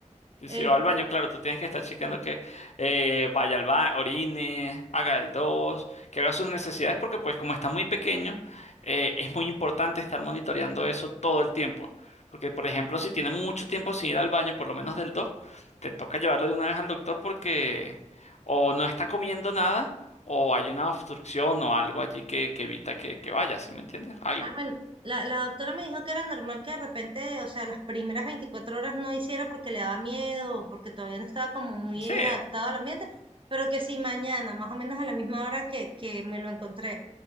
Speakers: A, on the left; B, on the right.
A: Y
B: Este,
A: si va al baño, claro, tú tienes que estar chequeando
B: sí.
A: que eh, vaya al baño, orine, haga el dos, que haga sus necesidades, porque pues como está muy pequeño, eh, es muy importante estar monitoreando eso todo el tiempo. Porque, por ejemplo, si tiene mucho tiempo sin ir al baño, por lo menos del dos, te toca llevarlo de una vez al doctor porque o no está comiendo nada, o hay una obstrucción o algo allí que, que evita que, que vaya, ¿sí me entiendes? Algo.
B: ah, bueno, la, la doctora me dijo que era normal que de repente, o sea, las primeras 24 horas no hiciera porque le daba miedo, porque todavía no estaba como muy
A: Sí,
B: adaptado al ambiente, pero que sí mañana, más o menos a la misma hora que, que me lo encontré.